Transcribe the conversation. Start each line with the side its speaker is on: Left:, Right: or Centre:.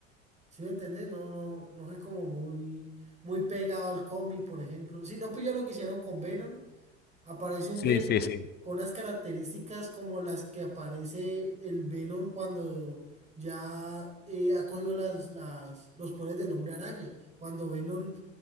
Right: ¿Sí me entendés? No, no, no fue como muy, muy pegado al cómic, por ejemplo. Si no pilló lo que hicieron con Venom. Aparece un
Left: sí,
Right: Venom
Left: sí, sí.
Right: con unas características como las que aparece el Venom cuando ya eh, ha cogido las, las, los poderes del hombre araña. Cuando Venom